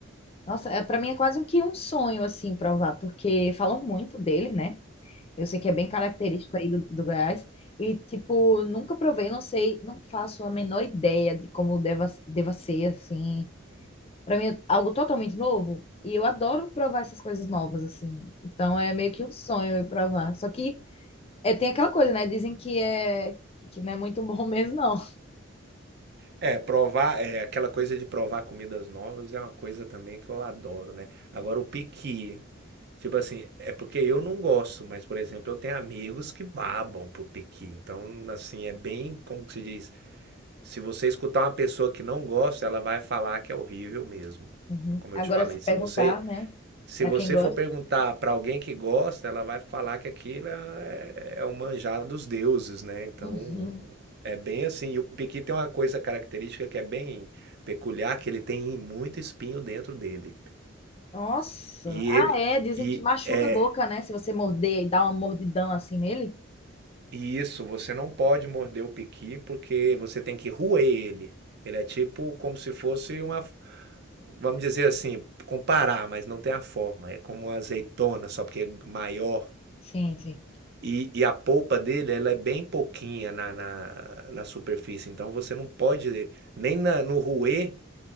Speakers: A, on the left (about 30°); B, on the right (about 55°).
A: Nossa, é, para mim é quase que um sonho assim provar, porque falam muito dele, né? Eu sei que é bem característico aí do, do Goiás. E, tipo, nunca provei, não sei, não faço a menor ideia de como deva, deva ser, assim, Pra mim é algo totalmente novo. E eu adoro provar essas coisas novas, assim. Então é meio que um sonho eu provar. Só que é, tem aquela coisa, né? Dizem que é que não é muito <laughs> bom mesmo, não.
B: É, provar, é, aquela coisa de provar comidas novas é uma coisa também que eu adoro, né? Agora, o piqui, tipo assim, é porque eu não gosto, mas, por exemplo, eu tenho amigos que babam por piqui. Então, assim, é bem, como que se diz? Se você escutar uma pessoa que não gosta, ela vai falar que é horrível mesmo.
A: Uhum.
B: Como
A: Agora,
B: eu te falei,
A: se perguntar,
B: se você
A: né?
B: se
A: Pra
B: você
A: quem gosta.
B: for perguntar para alguém que gosta, ela vai falar que aquilo é, é o manjar dos deuses, né? Então,
A: Uhum.
B: é bem assim. E o Piqui tem uma coisa característica que é bem peculiar, que ele tem muito espinho dentro dele.
A: Nossa.
B: E
A: Ah,
B: ele
A: é. Dizem
B: e
A: que machuca
B: é
A: a boca, né? Se você morder e dar uma mordidão assim nele.
B: e isso, você não pode morder o Piqui porque você tem que roer ele. Ele é tipo como se fosse uma vamos dizer assim, comparar, mas não tem a forma. É como uma azeitona, só porque é maior.
A: Sim, sim.
B: E, e a polpa dele, ela é bem pouquinha na, na, na superfície. Então você não pode, nem na- no ruê,